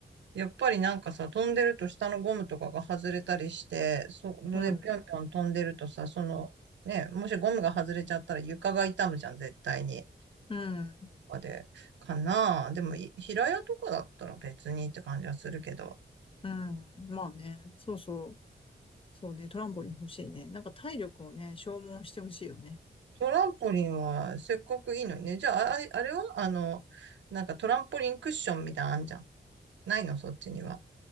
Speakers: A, on the right; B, on the left.
A: やっぱりなんかさ、飛んでると下のゴムとかが外れたりして、それでぴょんぴょん飛んでるとさ、
B: うん、
A: その、ね、もしゴムが外れちゃったら床が痛むじゃん、絶対に。
B: うん、
A: とかで、かなあ。でも、い平屋とかだったら別にって感じはするけど、
B: うん。まあね、そうそう。そうね、トランポリン欲しいね。なんか体力をね、消耗してほしいよね。
A: トランポリンはせっかくいいのにね。じゃあ、あ、あれはあの、なんかトランポリンクッションみたいなのあんじゃん。ないの、そっちには。